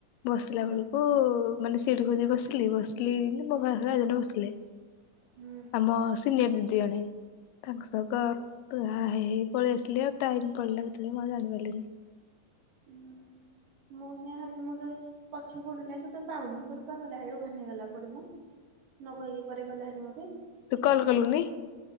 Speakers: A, on the left (about 85°); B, on the right (about 80°).
A: ବସିଲା
B: ହୁଁ
A: ବେଳକୁ ମାନେ ସେଇଠି ଖଦି ବସିଲି। ବସିଲି ଜୀମିତି
B: ହୁଁ
A: ମୋ ପାଖରେ ଜଣେ ବସିଲେ।
B: ହୁଁ
A: ଆମ ସିନିୟର ଦିଦି ଜଣେ। ତାଙ୍କ ସହ
B: ହୁଁ
A: ଆ ହେ ପଳେଇ ଆସିଲି ଆଉ। ଟାଇମ୍ ପଳେଇଲା କେତେବେଳେ ମୁଁ ଜାଣି ପାରିଲିନି।
B: ହୁଁ। ମୁଁ ସେୟା ଭାବିଲି। ମୁଁ ତ ପଛକୁ ଅନେଇଲା ପାଉନି। ମୁଁ କହିଲି କୁଆ ଗଲା ଏଇନେ ଉଭାନ ହେଇଗଲା କୁଆଡେ ମ। ନ କହିକି କୁଆରେ ଗଲା ହାରି ମତେ।
A: ତୁ କଲ୍ କଲୁନି?